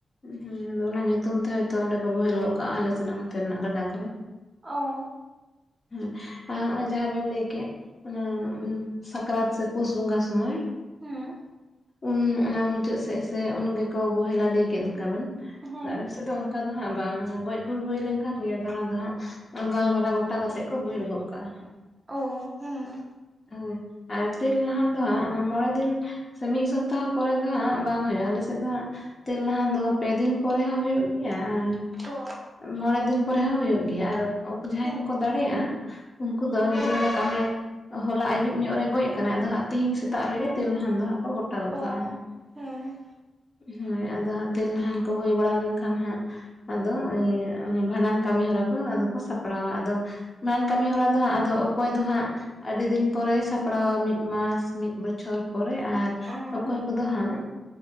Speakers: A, on the left; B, on the right.
A: ᱦᱮᱸ ᱟᱫᱚ ᱚᱱᱟ ᱧᱩᱛᱩᱢ ᱛᱮ ᱦᱳᱭᱛᱚ ᱚᱸᱰᱮ ᱠᱚ ᱵᱳᱦᱮᱞ ᱜᱚᱫ ᱠᱟᱜᱼᱟ ᱟᱞᱮ ᱥᱮᱱᱟᱜ ᱚᱱᱛᱮᱱᱟᱜ ᱜᱟᱰᱟ ᱠᱚᱨᱮ᱾
B: ᱚ
A: ᱦᱮᱸ ᱟᱨ ᱦᱚᱜᱚᱭ ᱡᱟᱦᱟ ᱵᱮᱱ ᱞᱟᱹᱭ ᱠᱮᱫ ᱚᱱᱟ ᱥᱟᱠᱨᱟᱛ ᱥᱮ ᱯᱩᱥ ᱵᱚᱸᱜᱟ ᱥᱩᱢᱟᱹᱭᱼᱼ
B: ᱦᱩᱸ
A: ᱩᱱ ᱚᱱᱟ ᱢᱩᱪᱟᱹᱫ ᱥᱮᱫ ᱥᱮ ᱩᱱᱜᱮᱠᱚ ᱵᱚᱦᱮᱞᱟ ᱞᱟᱹᱭ ᱠᱮᱫ ᱞᱮᱠᱟᱵᱤᱱ
B: ᱦᱮᱸ
A: ᱟᱞᱮᱥᱮᱫ ᱫᱚᱼᱼ ᱚᱱᱠᱟ ᱫᱚ ᱦᱟᱸᱜ ᱵᱟᱝ ᱜᱚᱡ ᱜᱩᱨ ᱦᱩᱭ ᱞᱮᱱᱠᱷᱟᱱ ᱜᱮ ᱚᱱᱟ ᱫᱚ ᱦᱟᱸᱜᱼᱼ ᱜᱟᱞᱢᱟᱨᱟᱣ ᱜᱚᱴᱟ ᱠᱟᱛᱮᱜ ᱠᱚ ᱵᱚᱦᱮᱞ ᱜᱚᱜ ᱠᱟᱜᱼᱟᱼᱼ
B: ᱚ ᱦᱮᱸ, <unintelligible>
A: ᱦᱩᱸ ᱟᱨ ᱛᱤᱞᱱᱟᱦᱟᱱ ᱫᱚ ᱦᱟᱸᱜ ᱚᱱᱟ ᱢᱚᱬᱮ ᱫᱤᱱ ᱥᱮ ᱢᱤᱫ ᱥᱚᱯᱛᱟᱦᱚ ᱯᱚᱨᱮ ᱫᱚ ᱦᱟᱸᱜ ᱵᱟᱝ ᱦᱩᱭᱩᱜᱼᱟ ᱟᱞᱮ ᱥᱮᱫ ᱫᱚ ᱦᱟᱸᱜ ᱦᱮᱞᱱᱟᱦᱟᱱ ᱫᱚ ᱯᱮ ᱫᱤᱱ ᱯᱚᱨᱮ ᱦᱚᱸ ᱦᱩᱭᱩᱜ ᱜᱮᱭᱟ ᱟᱨ
B: ᱚ
A: ᱢᱚᱬᱮ ᱫᱤᱱ ᱯᱚᱨᱮ ᱦᱚᱸ ᱦᱩᱭᱩᱜ ᱜᱮᱭᱟ ᱟᱨ ᱡᱟᱸᱦᱟᱭ
B: ᱦᱮᱸ
A: ᱠᱚᱠᱚ ᱫᱟᱲᱮᱭᱟᱜᱼᱟ ᱩᱱᱠᱩ ᱫᱚ ᱡᱩᱫᱤ
B: ᱦᱮᱸ
A: <unintelligible> ᱢᱚᱱᱮ ᱠᱟᱜ ᱢᱮ, ᱦᱚᱞᱟ ᱟᱹᱭᱩᱵ ᱧᱚᱜ ᱨᱮ ᱜᱚᱡ ᱠᱟᱱᱟᱭ ᱟᱫᱚ ᱦᱟᱸᱜ ᱛᱤᱦᱤᱧ ᱥᱮᱛᱟᱜ ᱨᱮᱜᱮ ᱛᱮᱞᱱᱟᱦᱟᱱ ᱫᱚ ᱦᱟᱸᱜ ᱜᱚᱴᱟᱜᱚᱫ
B: ᱚ
A: ᱠᱟᱜᱼᱟ
B: ᱦᱮᱸ
A: ᱦᱮᱸ ᱟᱫᱚ ᱦᱟᱸᱜ ᱛᱮᱞᱱᱟᱦᱟᱱ ᱠᱚ ᱦᱩᱭ ᱵᱟᱲᱟ ᱞᱮᱱᱠᱷᱟᱱ ᱦᱟᱸᱜ ᱟᱫᱚ ᱵᱷᱟᱸᱰᱟᱱ ᱠᱟᱹᱢᱤ ᱦᱚᱨᱟ ᱠᱚ, <unintelligible> ᱟᱫᱚ ᱠᱚ ᱥᱟᱯᱲᱟᱣᱟ ᱟᱫᱚ ᱵᱷᱟᱰᱟᱱ ᱠᱟᱹᱢᱤ ᱦᱚᱨᱟ ᱫᱚ ᱦᱟᱸᱜ ᱟᱫᱚ ᱚᱠᱚᱭ ᱫᱚ ᱦᱟᱸᱜ ᱟᱹᱰᱤ ᱫᱤᱱ ᱯᱚᱨᱮᱭ ᱥᱟᱯᱲᱟᱣᱟ ᱢᱤᱫ ᱢᱟᱥ ᱢᱤᱫ ᱵᱚᱪᱷᱚᱨ᱾ ᱯᱚᱨᱮ ᱟᱨ
B: ᱦᱮᱸ
A: ᱚᱠᱚᱭ ᱠᱚᱫᱚ ᱦᱟᱸᱜ